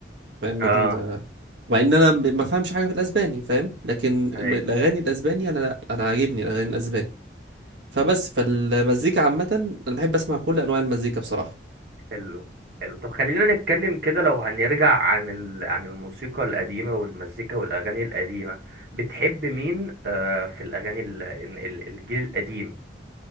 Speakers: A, on the right; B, on the right.
A: فاهم
B: اه
A: ال... مع ان انا ب- ما فهمش حاجه في الاسباني فاهم لكن
B: ايوه
A: الاغاني الاسباني انا لا انا عاجبني الاغاني الاسباني فبس فالمزيكا عامه انا بحب اسمع كل انواع المزيكا بصراحه
B: حلو حلو طب خلينا نتكلم كده لو هنرجع عن ال... عن الموسيقى القديمة والمزيكا والأغاني القديمة بتحب مين آه في الأغاني ال... ال- ال- الجيل القديم